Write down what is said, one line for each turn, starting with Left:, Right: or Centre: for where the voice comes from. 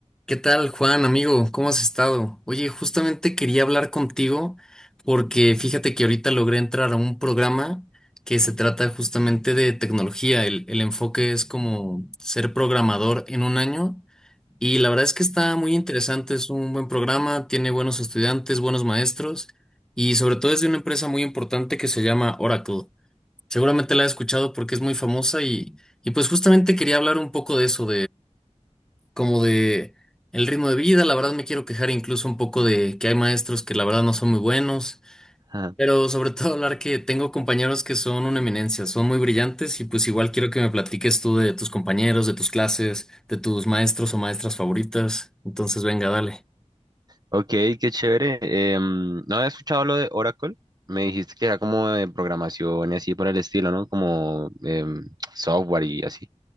Centre: ¿Qué tal, Juan, amigo? ¿Cómo has estado? Oye, justamente quería hablar contigo porque fíjate que ahorita logré entrar a un programa que se trata justamente de tecnología. El, el enfoque es como ser programador en un año y la verdad es que está muy interesante, es un buen programa, tiene buenos estudiantes, buenos maestros y sobre todo es de una empresa muy importante que se llama Oracle. Seguramente la has escuchado porque es muy famosa y, y pues justamente quería hablar un poco de eso, como de el ritmo de vida. La verdad me quiero quejar incluso un poco de que hay maestros que la verdad no son muy buenos,
Right: Ajá.
Centre: pero sobre <laughs> todo hablar que tengo compañeros que son una eminencia, son muy brillantes y pues igual quiero que me platiques tú de tus compañeros, de tus clases, de tus maestros o maestras favoritas. Entonces, venga, dale.
Right: Ok, qué chévere. Em, no había escuchado lo de Oracle. Me dijiste que era como de programación y así por el estilo, ¿no? Como em, software y así.